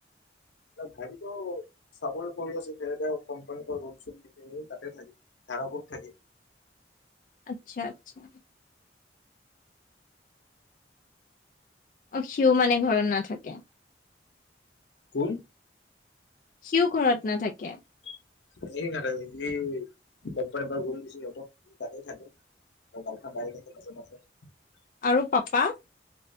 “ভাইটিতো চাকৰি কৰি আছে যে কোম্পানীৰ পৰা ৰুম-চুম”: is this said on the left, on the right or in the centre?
Left